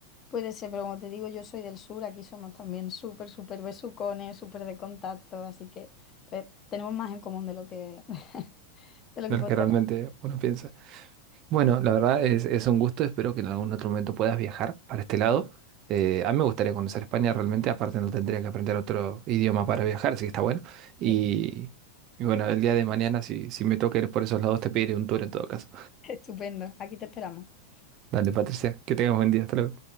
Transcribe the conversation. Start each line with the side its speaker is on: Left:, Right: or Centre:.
Left: Puede ser, pero como te digo, yo soy del sur, aquí somos también súper, súper besucones, súper de contacto, así que pues, tenemos más en común de lo que, <laughs> de lo
Right: de
Left: que podría
Right: lo que realmente uno piensa. Bueno, la verdad es, es un gusto, espero que en algún otro momento puedas viajar para este lado. Eh, a mí me gustaría conocer España realmente, aparte no tendría que aprender otro idioma para viajar, así que está bueno. Y,
Left: parecer.
Right: y bueno, el día de mañana, si, si me toca ir por esos lados, te pediré un tour en todo caso.
Left: <laughs> Estupendo, aquí te esperamos.
Right: Dale, Patricia, que tengas buen día, hasta luego.